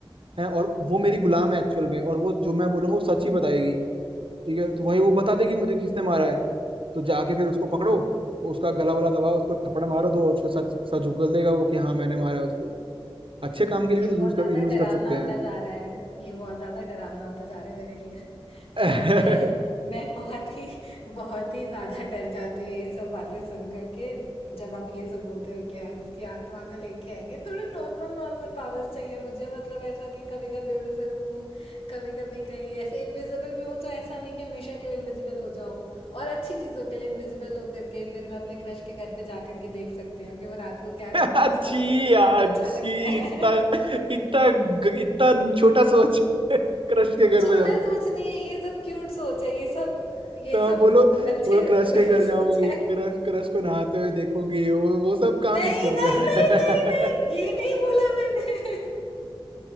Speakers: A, on the right; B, on the left.
A: हैं और वो मेरी गुलाम है एक्चुअल में और वो जो मैं बोलूंगा वो सच ही बताएगी ठीक है तो भाई वो बता देगी मुझे किसने मारा है तो जाके फिर उसको पकड़ो उसका गला वाला दबाओ उसको थप्पड़ मारो दो और फिर सच सच उगल देगा वो कि हाँ मैंने मारा है उसको अच्छे काम के लिए
B: ये
A: भी
B: बहुत
A: तो यूज
B: ज़्यादा
A: कर यूज
B: डरावना
A: कर सकते
B: होता
A: हैं
B: जा रहा है ये बहुत ज़्यादा डरावना होता जा रहा है मेरे लिए
A: <laughs>
B: <laughs> मैं मैं बहुत ही बहुत ही ज़्यादा डर जाती हूँ ये सब बातें सुन करके जब आप ये सब बोलते हो कि यार उसकी आत्मा को लेके आएंगे थोड़े नॉर्मल नॉर्मल पावर्स चाहिए मुझे मतलब ऐसा कि कभी कभी उड़ सकूँ कभी कभी कहीं ऐसे इनविजिबल भी हूँ तो ऐसा नहीं कि हमेशा के लिए इनविजिबल हो जाओ और अच्छी चीज़ों के लिए इनविजिबल हो करके फिर मैं अपने क्रश के घर पे जा करके देख सकती हूँ कि वो रात को क्या
A: अच्छी
B: करता है इसको क्या कुछ
A: यार
B: पढ़ना अच्छा
A: अच्छी
B: लगता है
A: इतना इतना ग- इतना छोटा सोच क्रश के घर
B: छोटा
A: में जाऊंगी
B: सोच नहीं है ये सब क्यूट सोच है ये सब ये
A: तो हाँ,
B: सब
A: बोलो
B: अच्छे
A: बोलो क्रश
B: लोगों
A: के घर
B: की
A: जाऊंगी
B: सोच है
A: क्रश क्रश को नहाते हुए देखूंगी वो वो सब काम
B: नहीं
A: मिस कर
B: नहीं
A: दिया मैं
B: नहीं नहीं नहीं
A: <laughs>
B: ये नहीं बोला मैंने